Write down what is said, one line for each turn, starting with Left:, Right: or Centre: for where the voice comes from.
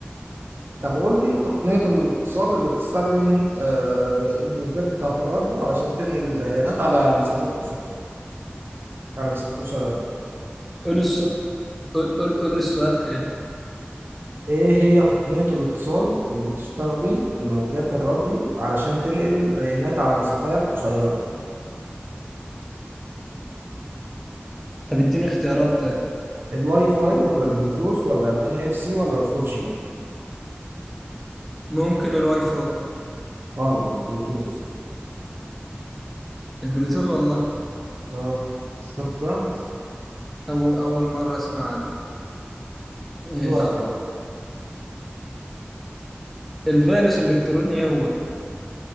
Right: طب قول لي تقنية الاتصال اللي بتستخدم آه الموجات بتاعة الراديو علشان تنقل البيانات على مسافات قصيرة على مسافات قصيرة
Centre: قول الصوت قول قول قول السؤال تاني
Right: ايه هي تقنية الاتصال اللي بتستخدم موجات الراديو علشان تنقل بيانات على مسافات قصيرة
Centre: طب اديني اختيارات طيب
Right: الواي فاي ولا البلوتوث ولا الان اف سي ولا الفور جي
Centre: ممكن الواي فاي
Right: غلط البلوتوث
Centre: البلوتوث والله
Right: اه شوف بقى
Centre: أو أول مرة أسمع دي ماشي
Right: دورك بقى
Centre: الفيروس الإلكتروني هو